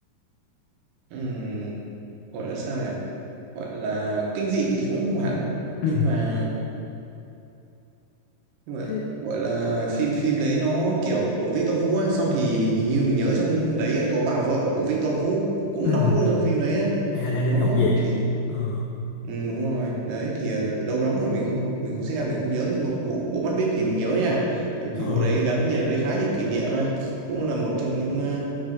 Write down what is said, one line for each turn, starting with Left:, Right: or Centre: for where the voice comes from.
Right: Ừm, gọi là sao nhỉ gọi là kinh dị thì cũng không hẳn
Left: Ừ.
Right: nhưng mà nhưng mà
Left: Thế
Right: gọi là phim phim đấy nó kiểu của Victor Vũ á xong thì hình như mình nhớ trong đấy là có bà vợ của Victor Vũ cũng
Left: ừ.
Right: đóng luôn trong phim đấy á
Left: À là Đinh
Right: đó
Left: Ngọc Diệp.
Right: thì
Left: Ờ.
Right: ừ, đúng rồi đấy thì ờ, lâu lắm rồi mình không mình không xem mình không nhớ nhưng mà bộ bộ Mắt Biếc thì mình nhớ nha bởi vì
Left: Ờ.
Right: bộ đấy gắn liền với khá nhiều kỷ niệm á cũng là một trong những ờ,